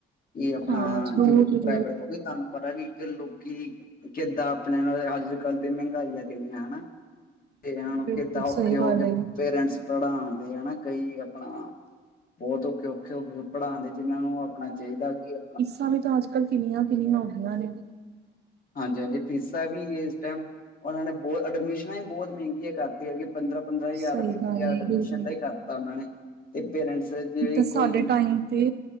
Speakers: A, on the left; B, on the right.
A: ਕਿ ਆਪਣਾ
B: ਹਾਂ ਜ਼ਰੂਰ
A: ਜਿਵੇਂ ਕਿ
B: ਜ਼ਰੂਰ
A: ਪ੍ਰਾਈਵੇਟ ਹੋਗੇ ਤਾਨੂੰ ਪਤਾ ਕਿ ਇੱਕ ਲੋਕੀ ਕਿਦਾਂ ਆਪਣੇ ਨਾਲ ਅੱਜ-ਕੱਲ ਦੀ ਮਹਿੰਗਾਈਆਂ ਕਿੰਨੀਆਂ ਹਨਾ। ਤੇ ਏਨਾਂ ਨੂੰ
B: ਬਿਲਕੁਲ
A: ਕਿਦਾਂ ਔਖੇ
B: ਸਹੀ
A: ਹੋ
B: ਗੱਲ
A: ਕੇ
B: ਹੈ
A: ਪੇਰੈਂਟਸ ਪੜਾਦੇ ਆ ਨਾ ਕਈ ਆਪਣਾ ਬਹੁਤ ਔਖੇ-ਔਖੇ ਹੋ ਕੇ ਪੜਾ ਦੇ ਜਿਨਾਂ ਨੂੰ ਓ ਆਪਣਾ ਚਾਈਦਾ ਕਿ ਆਪਣਾ
B: ਤਾਂਹੀ ਤਾਂ ਅੱਜ-ਕੱਲ ਕਿੰਨੀਆਂ-ਕਿੰਨੀਆਂ ਹੋ ਗੀਆ ਨੇ।
A: ਹਾਂਜੀ-ਹਾਂਜੀ ਫੀਸਾਂ ਵੀ ਏਸ ਟੈਮ ਓਨਾਂ ਨੇ ਬਹੁਤ ਅਡਮਿਸ਼ਨਾਂ ਵੀ ਬਹੁਤ ਮਹਿੰਗੀਆਂ ਕਰ ਪੰਦਰਾਂ-ਪੰਦਰਾਂ ਹਜ਼ਾਰ
B: ਸਹੀ
A: ਵੀਹ-ਵੀਹ
B: ਗੱਲ
A: ਹਜ਼ਾਰ ਐਡਮਿਸ਼ਨ
B: ਏ ਬਿਲਕੁਲ
A: ਦਾ ਈ ਕਰਤਾ ਓਨਾਂ ਨੇ ਤੇ ਪੇਰੈਂਟਸ ਜਿਵੇਂ
B: ਤਾਂ ਸਾਡੇ
A: ਕੋਈ
B: ਟਾਈਮ ਤੇ